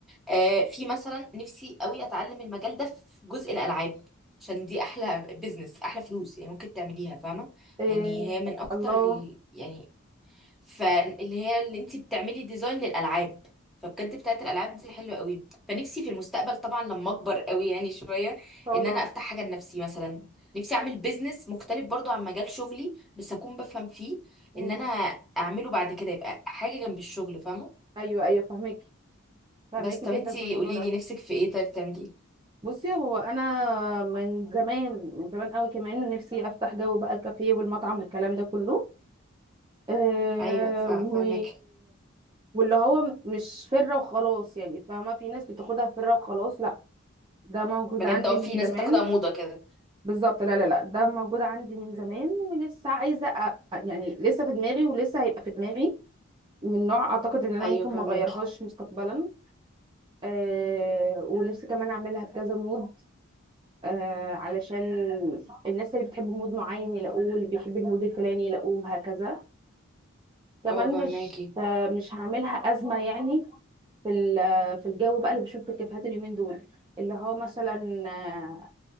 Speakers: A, in the centre; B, on the right.
A: آه في مثلا نفسي قوي اتعلم المجال ده في جزء الالعاب عشان دي احلى بزنس احلى فلوس يعني ممكن تعمليها فاهمه
B: إيه
A: يعني هي من اكتر
B: الله
A: ال...
B: ان
A: يعني فاللي هي اللي انت بتعملي ديزاين للالعاب فبجد بتاعت الالعاب دي حلوه قوي فنفسي في المستقبل طبعا لما اكبر قوي يعني شويه
B: شاء
A: ان
B: الله
A: انا افتح حاجه لنفسي مثلا نفسي اعمل بيزنس مختلف برضو عن مجال شغلي بس اكون بفهم فيه
B: مم.
A: ان انا اعمله بعد كده يبقى حاجه جنب الشغل فاهمه
B: ايوه ايوه فهمك فهمك
A: بس طب
B: جدا
A: انتي
B: في الموضوع
A: قولي
B: ده
A: لي نفسك في ايه طيب تعملي
B: بصي هو انا من زمان من زمان قوي كمان نفسي افتح جو بقى الكافيه والمطعم والكلام ده كله أه
A: ايوه فا-
B: و...
A: فاهمك
B: واللي هو مش فره وخلاص يعني فاهمه في ناس بتاخدها فره وخلاص لا ده موجود
A: بجد
B: عندي
A: اه
B: من
A: في ناس
B: زمان
A: بتاخدها موضه كده
B: بالظبط لا لا لا ده موجود عندي من زمان ولسه عايزه أ... يعني لسه في دماغي ولسه هيبقى في دماغي من نوع اعتقد ان انا
A: ايوه
B: ممكن
A: فاهماكي
B: ما اغيرهاش مستقبلا أه ونفسي كمان اعملها بكذا مود آه علشان الناس اللي بتحب مود معين يلاقوه اللي بيحب المود الفلاني يلاقوه هكذا كمان
A: اه فاهماكي
B: مش مش هعملها أزمة يعني في ال- في الجو بقى اللي بشوف في الكافيهات اليومين دول اللي هو مثلا آه،